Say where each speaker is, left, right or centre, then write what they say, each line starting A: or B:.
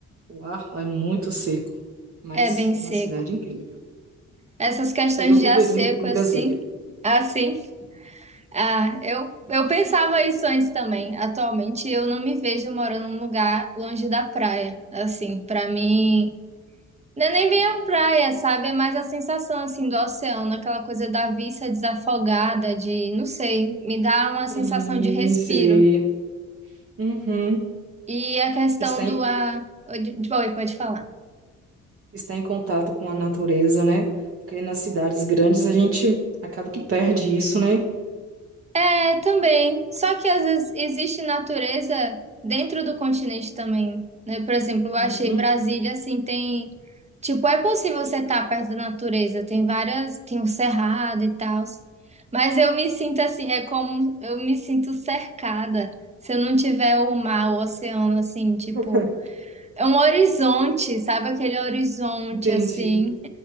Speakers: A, on the right; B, on the right.
A: O ar lá é muito seco, mas
B: é bem
A: uma
B: seco.
A: cidade incrível.
B: Essas questões
A: Eu viveria
B: de ar seco,
A: em em
B: assim,
A: Brasília.
B: assim, ah, eu, eu pensava isso antes também. Atualmente, eu não me vejo morando num lugar longe da praia, assim, pra mim, não é nem bem a praia, sabe? É mais a sensação, assim, do oceano, aquela coisa da vista desafogada, de, não sei, me dá uma sensação
A: Sim,
B: de respiro.
A: sei. Uhum.
B: E a questão
A: Está em,
B: do ar... de- de- Oi, pode falar.
A: está em contato com a natureza, né? Porque nas cidades grandes a gente acaba que perde isso, né?
B: É, também. Só que às vezes existe natureza dentro do continente também, né? Por exemplo, eu achei
A: Uhum.
B: Brasília assim, tem, tipo, é possível você estar perto da natureza, tem várias, tem o cerrado e tal. Mas eu me sinto assim, é como eu me sinto cercada. Se eu não tiver o mar, o oceano assim,
A: <laughs>
B: tipo, é um horizonte, sabe? Aquele horizonte
A: Entendi.
B: assim.